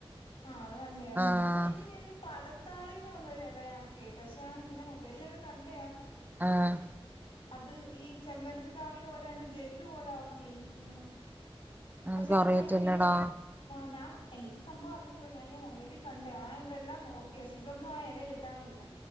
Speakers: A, on the left; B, on the right.
A: ആഹ് അത് തന്നേ,
B: ആഹ്
A: പിന്നെ ഞാൻരു പടത്താളിന്ന് പറഞ്ഞൊരെല ഞാൻ കേട്ടു പക്ഷേ ആ ഇങ്ങനെ മൊബൈലിലൊക്കെ കണ്ടയാ
B: ആഹ്
A: അത് ഈ ചെമ്പരത്തി താളി പോലെ അന്നെ ജെല്ല് പോലെ ആകു നീ ഇങ്ങനെ
B: എനിക്കറിയത്തില്ലടാ
A: പക്ഷെ അത് ഭയങ്കര ആഹ് ഞാൻ എനിക്ക് സംഭവം അറിഞ്കൂടാ ഞാൻ ഇങ്ങ മൊബൈല് കണ്ടേ ഞാൻ ഇവിടെല്ലാം നോക്കി പക്ഷെ ഇവിടൊന്നും ആ എല കിട്ടാനില്ല.